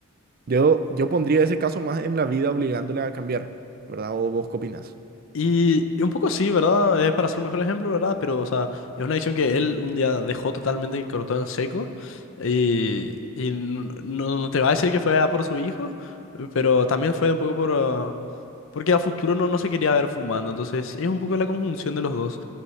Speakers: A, on the right; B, on the left.
A: Yo, yo pondría ese caso más en la vida obligándole a cambiar, ¿verdad? ¿O vos qué opinás?
B: Y, y un poco sí, ¿verdad? Es para ser un mejor ejemplo, ¿verdad? Pero, o sea, es una decisión que él un día dejó totalmente y cortó en seco. Y, y no, no- no te va a decir que fue a por su hijo, pero también fue un poco por... ah, porque a futuro no, no se quería ver fumando. Entonces, es un poco la conjunción de los dos.